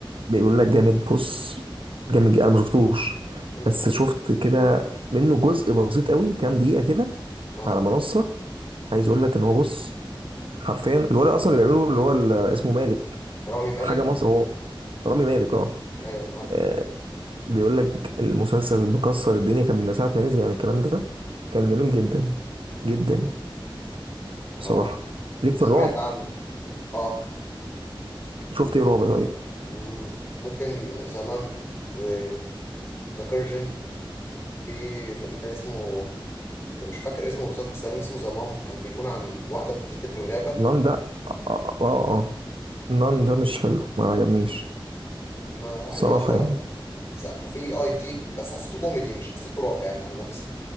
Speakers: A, on the right; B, on the left.
A: بيقول لك جامد بص جامد جدا. انا ما شفتوش
B: مم.
A: بس شفت كده منه جزء بسيط قوي كام دقيقة كده
B: اه
A: على منصة عايز اقول لك ان هو بص حرفيا الولد اصلا اللي بيعمله اللي هو ال- اسمه مالك
B: رامي مالك
A: حاجة مصر هو رامي مالك اه
B: ايوه انا عارف
A: آه، بيقول لك المسلسل مكسر الدنيا كان من ساعة ما نزل يعني الكلام ده كان جميل جدا جدا بصراحة
B: اه
A: ليك في الرعب
B: سمعت عنه اه
A: شفت ايه رعب طيب
B: مم. ممكن زنان وذا كيرجن في فيلم تاني اسمه ده مش فاكر اسمه بالظبط بس تقريبا اسمه زمام كان بيكون عن واحدة بتتقتل في الغابة
A: نان ده اه اه آه. آه. نان ده مش حلو ما عجبنيش
B: ما عادي
A: صراحة
B: أذواق
A: يعني
B: بقى بس- وفي اي تي بس حسيته كوميدي مش حسيته رعب يعني عن نفسي